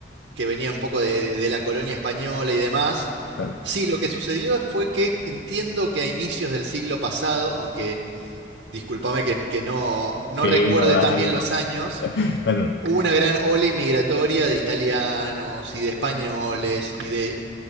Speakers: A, on the right; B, on the left.
A: que venía un poco de, de la colonia española y demás.
B: claro.
A: Sí, lo que sucedió fue que entiendo que a inicios del siglo pasado, aunque discúlpame que, que no, no
B: Sí,
A: recuerde
B: no, dale,
A: tan bien los
B: no.
A: años,
B: <laughs> Bueno, no.
A: hubo una gran ola inmigratoria de italianos y de españoles y de